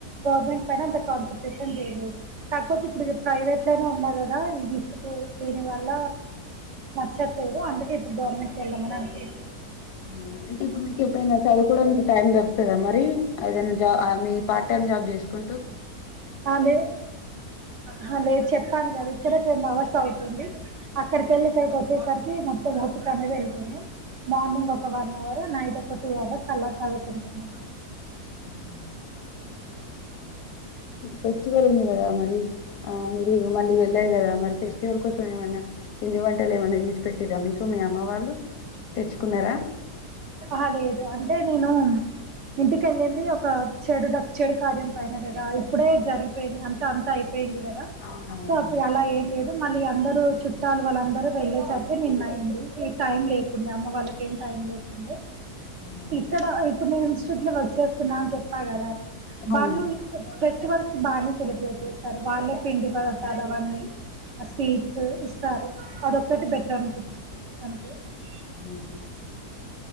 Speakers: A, on the right; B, on the left.
A: గవర్నమెంట్ పైనంత కాన్సట్రేషన్ లేదు కాకపోతే ఇప్పుడు ప్రైవేట్ లోనే ఉన్నా కదా ఈ దీని వల్ల నచ్చట్లేదు అందుకే ఇప్పుడు గవర్నమెంట్ వెళదామని అనిపిస్తుంది
B: ఆ, అంటే ఇప్పుడు మీకు ఎప్పుడైనా చదువుకోవడా మీకు టైం దొరుకుదా మరి ఏదనా జాబ్ మీ పార్ట్ టైమ్ జాబ్ చేసు కుంటూ
A: లేదు హ లేదు చెప్పాను కదా ఇక్కడ టెన్ అవర్స్ సవుతుంది అక్కడికిెళ్ళి ఇకడికి వచ్చేసరికి మొత్తం ఓపిక అనేద ఇళ్తు మార్నింగ్ ఒక వన్ అవర్ నైట్ ఒక ఒక టూ అవర్స్ అలా చదువుకుంటున్నా
B: అ <inaudible> ఫెస్టివల్ ఉంది కదా మరి ఆ మీరు మళ్ళీ వెళ్ళది కదా మరి ఫెస్టివల్ కోసం ఏమన్నా పిండి వంటలు ఏమన్నా చేసి పెట్టిదా మీకు మీ అమ్మ వాళ్ళు తెచ్చుకున్నారా
A: అ లేదు అంటే నేను ఇంటికెళ్ళింది ఒక చెడు దక్ చెడు కార్యం పైన కదా ఇప్పుడే జరిగిపోయింది అంత అంత అయిపోయింది కదా
B: అవునవునవును
A: సో అప్పుడు అలా ఏం లేదు మళ్ళీ అందరు చుట్టాలు వాళ్ళందరు వెళ్ళేసరికె నిన్న అయింది ఈ టైం లేకుండే అమ్మ వాళ్ళకి ఏం టైం లే అ <inaudible>
B: అవునండి
A: ఇక్కడ ఇప్పుడు నేను ట్లు వర్క్ చేస్తున్నా అని చెప్పా కదా
B: అవును
A: బల్లు ఫెస్ ఫెస్టివల్స్ బాగానే సెలబ్రేట్ చేస్తారు వాళ్ళే పిండి పదర్ధాలు అవన్నీ స్వీట్స్ ఇస్తారు అదొక్కటి బెటర్ అనిపించింది <unintelligible>
B: <unintelligible>